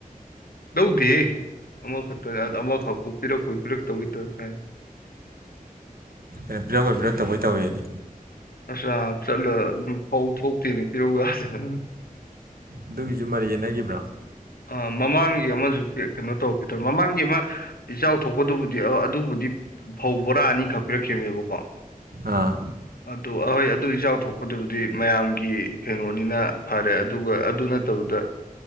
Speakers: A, on the left; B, on the right.
A: ꯂꯧꯗꯦ ꯑꯃꯈꯛꯇꯅꯦ ꯑꯃꯈꯛꯄꯨ ꯄꯤꯔꯛꯄꯩ ꯄꯤꯔꯛꯇꯕꯩ ꯇꯧ ꯀꯥꯏꯅ
B: ꯀꯩꯅꯣ ꯄꯤꯔꯛꯑꯣꯣꯏ ꯄꯤꯔꯛꯇꯧꯕꯩ ꯇꯧꯋꯦꯗꯤ
A: ꯑꯁ ꯆꯠꯂ ꯑꯗꯨꯝ ꯐꯧ ꯊꯣꯛꯇꯦꯅꯦ ꯄꯤꯔꯧ ꯌꯥꯗꯦꯗ
B: ꯑꯗꯨꯒꯤꯁꯨ ꯃꯔꯔꯤ ꯌꯦꯠꯅꯈꯤꯕ꯭ꯔꯣ
A: ꯑ ꯃꯃꯥꯡꯒꯤ ꯑꯃꯁꯨ ꯀꯩꯅꯣ ꯇꯧꯈꯤꯗ꯭ꯔ ꯃꯃꯥꯡꯒꯤ ꯑꯃ ꯏꯆꯥꯎ ꯊꯣꯛꯄꯗꯨꯕꯨꯗꯤ ꯑꯗꯨꯕꯨꯗꯤ ꯐꯧ ꯕꯣꯔꯥ ꯑꯅꯤꯈꯛ ꯄꯤꯔꯛꯈꯤꯕꯅꯦꯕꯀꯣ
B: ꯑꯥ
A: ꯑꯗꯨ ꯑꯍꯣꯏ ꯑꯗꯨ ꯏꯆꯥꯎ ꯊꯣꯛꯄꯗꯨꯕꯨꯗꯤ ꯃꯌꯥꯝꯒꯤ ꯀꯩꯅꯣꯅꯤꯅ ꯐꯔꯦ ꯑꯗꯨꯒ ꯑꯗꯨꯅ ꯅ ꯇꯕꯗ